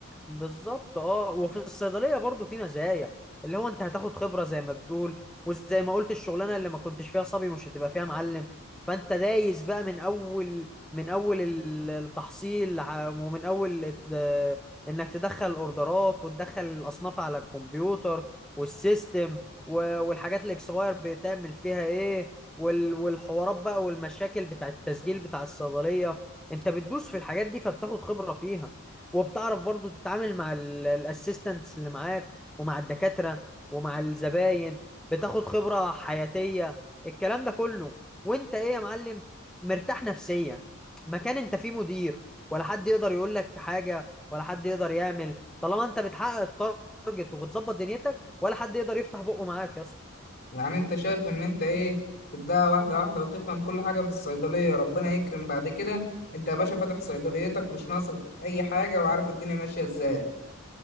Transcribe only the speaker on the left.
يعني انت شايف ان انت ايه تبدأ واحدة واحدة وتفهم كل حاجة في الصيدلية ربنا يكرم بعد كده انت يا باشا فاتح صيدليتك مش ناقصك اي حاجة وعارف الدنيا ماشية ازاي